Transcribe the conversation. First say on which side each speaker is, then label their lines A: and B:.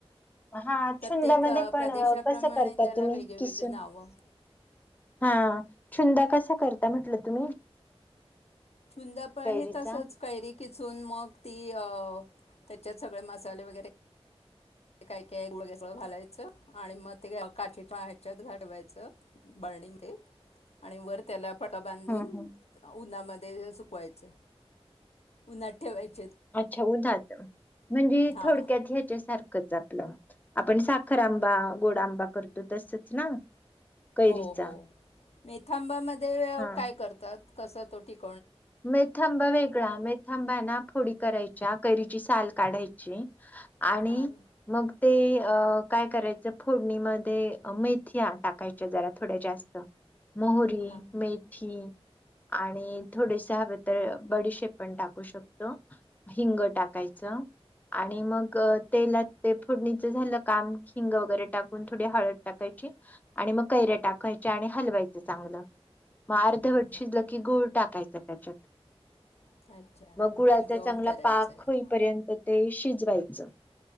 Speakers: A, on the left; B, on the left.
A: हा
B: प्रत्येक
A: छुंदामध्ये
B: अ,
A: पण
B: प्रदेशाप्रमाणे
A: कस करता
B: त्याला
A: तुम्ही?
B: वेगवेगळे
A: किसून
B: नावं
A: हा छुंद कसा‌ कस करता म्हटलं तुम्ही?
B: छुंदा, पण
A: कैरीचा
B: हे तसच कैरी खिचून मग ती त्याच्यात सगळे मसाले वगैरे काय का गळळ घालायचं आणि मग ते काचेच्या ह्याच्यात घाटवायचं बळणीमध्ये आणि वर त्याला पण का बांधून
A: हम्म हम्म
B: उन्हामध्ये? ते सुकवायच, उन्हात ठेवायच
A: अच्छा उन्हात, म्हणजे
B: हा
A: थोडक्यात ह्याच्यासारखं आपलं आपण साखर आंबा गोड आंबा करतो तसच ना? कैरीचा
B: हो हो मेथांबामध्ये
A: हा
B: काय करतात? कसा तो टीक
A: मेथांबा वेगळा मेथांबा आहे ना फोडी करायच्या कैरीची साल काढायची आणि
B: हां
A: मग ते अ काय करायचं फोडणीमध्ये मैथिया टाकायच्या जरा थोड्या जास्त मोहरी
B: हां
A: मेथी आणि थोडेस हवे तर बडीशेप पण टाकू शकतो हिंग टाकायचं आणि मग तेला ते फोडणीच झालं काम हिंग वगैरे टाकून थोडी हळद टाकायची आणि मग कैर्या टाकायचे आणि हलवायचं चांगलं मग अर्धवट
B: हां
A: शिजलं की गुळ टाकायच सकाच
B: हां अच्छा
A: मग गुळाचा
B: शिजवून
A: चांगला
B: करायचं
A: पाक
B: आहे
A: होईपर्यंत ते शिजवाईचं